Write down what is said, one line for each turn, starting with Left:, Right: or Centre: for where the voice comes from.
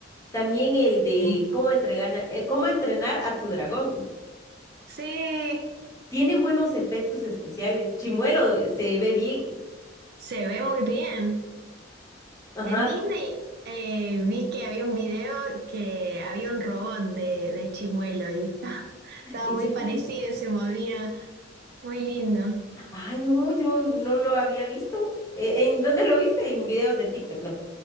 Left: También el de
Right: Sí,
Left: cómo entregar, cómo entrenar a tu dragón.
Right: Sí,
Left: Tiene buenos efectos especiales. Chimuelo eh, se ve bien.
Right: se ve muy bien.
Left: Ajá.
Right: En Disney eh, vi que había un video que había un robot de, de Chimuelo y está- estaba
Left: ¿En
Right: muy
Left: serio?
Right: parecido, se movía muy lindo.
Left: Ay, no, yo no lo había visto. Eh, ¿En dónde lo viste? En videos de TikTok, no.